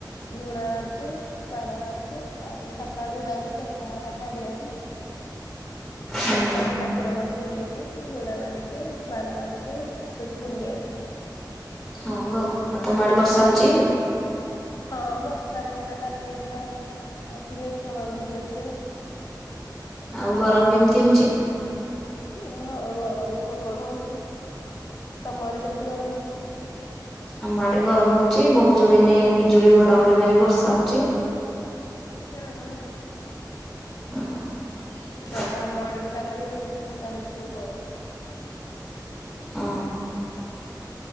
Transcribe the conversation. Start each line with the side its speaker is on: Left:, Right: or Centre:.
Left: ଝୁଣା ମାରୁଚୁ ବାଣ ମାରୁଚୁ ତାପରେ ସକାଳକୁୁ ଯାଉଚୁ ଚେକା ହାକା ଛାଡିବାକୁ। ଠାକ୍
Centre: ହୁଁ
Left: ସବୁ ଠାକୁରଙ୍କଠି ବୁଲିକି ଝୁଣା ମାରିକି ବାଣ ମାରିକି ଆସୁଛୁ ମୁଣ୍ଡିଆ ମାରିକି।
Centre: ହଉ ଆଉ ଆଉ ତମ ଆଡେ ବର୍ଷା ହଉଚି।
Left: ହଁ ବର୍ଷା ହେଇଥିଲା କାଲି ହେଇଥିଲା ଆଉ ଆଜି ବି ମେଘୁଆ ପାଗ ହେଇକି ଅଛି ଆଉ।
Centre: ଆଉ ଗରମ କେମିତି ହଉଛି।
Left: ହଁ ଗରମ ପ୍ରବଳ ହଉଛି ତମ ଆଡେ କେମିତି ଗରମ ହଉଛି।
Centre: ଆମ ଆଡେ ଗରମ ହଉଛି ବହୁ ଜୋରେ ଏଇନେ ବିଜୁଳି ଘଡଘଡି ମାରି କି ବର୍ଷା ହଉଛି।
Left: <inaudible>
Centre: ଉଁ।
Left: ହଁପା ଆମ ଆଡେ ବି କାଲି ବର୍ଷା ହେଇଛି ପ୍ରବଳ।
Centre: ହଁ।